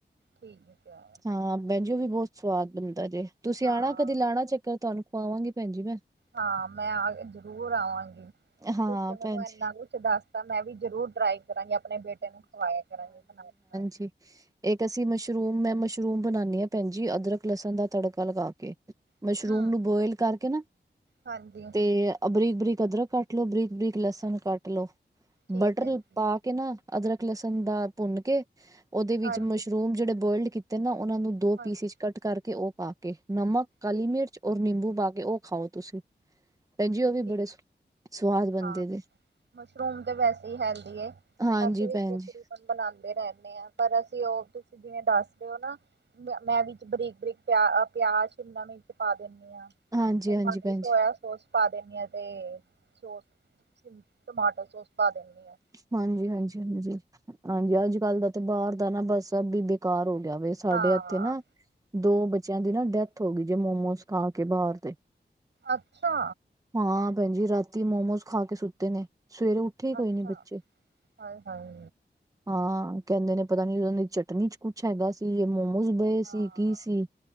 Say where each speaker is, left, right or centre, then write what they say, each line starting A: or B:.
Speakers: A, on the right (about 85°); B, on the right (about 20°).
A: ਠੀਕ ਕੇਆ
B: ਹਾਂ ਭੈਣ ਜੀ ਓ ਵੀ ਬੋਤ ਸਵਾਦ ਬਣਦਾ ਜੇ ਤੁਸੀਂ
A: ਹਾਂ
B: ਆਣਾ ਕਦੀ ਲਾਣਾ ਚੱਕਰ ਤੁਆਨੂੰ ਖਵਾਵਾਂਗੀ ਪੈਣ ਜੀ ਮੈ
A: ਹਾਂ ਮੈਂ ਆ ਜ਼ਰੂਰ ਆਵਾਂਗੀ,
B: ਹਾਂ
A: ਤੁਸੀ ਤੇ ਮੈਨੂੰ
B: ਭੈਣ
A: ਏਨਾ
B: ਜੀ।
A: ਕੁਛ ਦੱਸ ਤਾ ਮੈਂ ਵੀ ਜ਼ਰੂਰ ਟਰਾਈ ਕਰਾਂਗੀ ਆਪਣੇ ਬੇਟੇ ਨੂੰ ਖਵਾਇਆ ਕਰਾਂਗੇ ਬਣਾ-ਬਣਾ।
B: ਠੀਕ ਏਕ ਅਸੀ ਮਸ਼ਰੂਮ ਮੈਂ ਮਸ਼ਰੂਮ ਬਣਾਣੀ ਆ ਪੈਣ ਜੀ ਅਦਰਕ ਲਸਣ ਦਾ ਤੜਕਾ ਲਗਾ ਕੇ, ਮਸ਼ਰੂਮ
A: ਕੇ ਹੂੰ
B: ਨੂੰ ਬੋਇਲ ਕਰਕੇ ਨਾ
A: ਹਾਂਜੀ।
B: ਤੇ ਅ ਬਰੀਕ-ਬਰੀਕ ਅਦਰਕ ਕੱਟ ਲੋੋ ਬਰੀਕ-ਬਰੀਕ ਲਸਣ ਕੱਟ ਲੋੋ,
A: ਠੀਕ
B: ਬਟਰ
A: ਹੈ ਜੀ
B: ਪਾ ਕੇ ਨਾ ਅਦਰਕ, ਲਸਣ ਦਾ ਭੁੰਨ ਕੇ, ਓਦੇ ਵਿੱਚ
A: ਹਾਂਜੀ
B: ਮਸ਼ਰੂਮ ਜਿੜੇ ਬੋਇਲਡ ਕੀਤੇ ਤੇ ਨਾ ਓਨਾਂ ਨੂੰ ਦੋ
A: ਹਾਂਜੀ
B: ਪੀਸ ਇਚ ਕੱਟ ਕਰਕੇ ਓ ਪਾ ਕੇ ਨਮਕ, ਕਾਲੀ
A: ਠੀਕ
B: ਮਿਰਚ ਔਰ ਨਿੰਬੂ ਪਾ ਕੇ ਓ ਖਾਓ ਤੁਸੀ, ਪੈਨ ਜੀ ਓ ਵੀ
A: ਠੀਕ
B: ਬੜੇ ਸੁ ਸਵਾਦ ਬਣਦੇ
A: ਹਾਂ,
B: ਜੇ
A: ਮਸ਼ਰੂਮ ਤੇ ਵੈਸੇ ਈ ਹੈਲਦੀ ਏ,
B: ਹਾਂਜੀ
A: ਅਸੀ ਵੀ
B: ਭੈਣ
A: ਤਕ
B: ਜੀ,
A: ਰੀ ਬਨ ਬਣਾਦੇ ਰੈਂਣੇ ਆ ਪਰ ਅਸੀ ਓ ਤੁਸੀ ਜਿਵੇਂ ਦੱਸ ਰੇ ਓ ਨਾ ਮੈ ਮੈਂ ਵਿਚ ਬਰੀਕ-ਬਰੀਕ ਪਆ ਅ ਪਆਜ ਸ਼ਿਮਲਾ ਮਿਰਚ ਪਾ ਦਿੰਦੇ ਆ।
B: ਹਾਂਜੀ-ਹਾਂਜੀ
A: ਤੇ ਮਾੜੀ
B: ਭੈਣ
A: ਸੋਯਾ
B: ਜੀ।
A: ਸੋਸ ਪਾ ਦੇਣੀ ਆ ਤੇ ਸੋਸ, ਸਿਮ, ਟਮਾਟੋ ਸੋਸ ਪਾ ਦੇਣੀ ਆ।
B: ਹਾਂਜੀ-ਹਾਂਜੀ-ਹਾਂਜੀ, ਆਂਜੀ ਅੱਜ-ਕੱਲ ਦਾ ਤੇ ਬਾਰ ਦਾ ਨਾ ਬੱਸ ਸਬ ਈ ਬੇਕਾਰ ਹੋ ਗਿਯਾ ਵੇ। ਸਾਡੇ
A: ਹਾਂ,
B: ਏਥੇ ਨਾ, ਦੋ ਬੱਚਿਆਂ ਦੀ ਨਾ ਡੈਥ ਹੋ ਗਈ ਜੇ ਮੋਮੋਸ ਖਾ ਕੇ ਬਾਰ ਦੇ।
A: ਅੱਛਾ।
B: ਹਾਂ, ਪੈਣ ਜੀ ਰਾਤੀ ਮੋਮੋਸ ਖਾ ਕੇ ਸੁੱਤੇ ਨੇ, ਸਵੇਰੇ ੳੱਠੇ ਕੋਈ
A: ਅੱਛਾ,
B: ਨੀ ਬੱਚੇ।
A: ਹਾਏ-ਹਾਏ,
B: ਹਾਂ ਕੈਂਦੇ ਨੇ ਪਤਾ ਨੀ ਓਨਾਂ ਦੀ ਚਟਨੀ ਚ ਕੁਛ ਹੈਗਾ ਸੀ ਯਾਂ ਮੋਮੋ ਓਹੀ ਬਏ
A: ਹਾਂ।
B: ਸੀ ਕੀ ਸੀ?